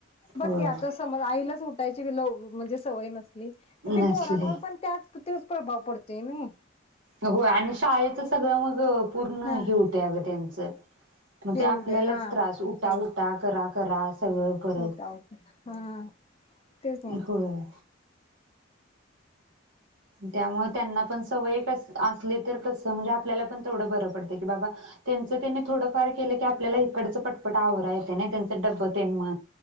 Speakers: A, on the left (about 30°); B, on the right (about 70°).
A: बघ
B: होय
A: की आता समज आईलाच उठायची ल म्हजे सवय नस ली तर ते
B: नसले
A: पोरांवर पण त्याच तोच प्रभाव पडतेय नय
B: होय आणि शाळेचं सगळं मग पूर्ण
A: हा
B: हे होतय अग त्यांच म
A: हे
B: ते
A: होऊ
B: आपल्यालाच
A: दे हा
B: त्रास उटा
A: हा
B: उटा करा करा सगळं परत
A: मोठा होत हा तेच नाही
B: होय. त्यामुळे त्यांना पण सवय कस असली तर कस म्हणजे आपल्याला पण तेवढं बरं पडतय बाबा त्यांच त्त्यांनी थोडंफार केलं की आपल्याला इकडचं पटपट आवरा येत नाय त्यांचं डब <unintelligible>